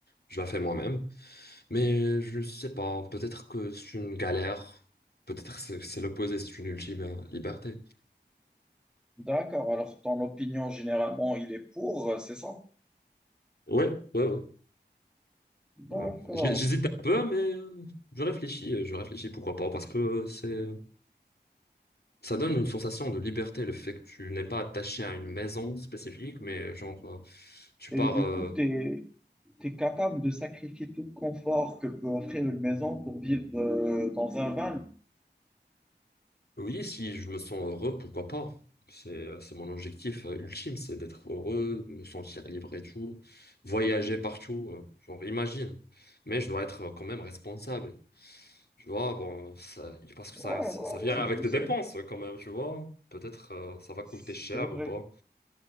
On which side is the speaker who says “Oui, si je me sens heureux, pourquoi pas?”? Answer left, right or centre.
Left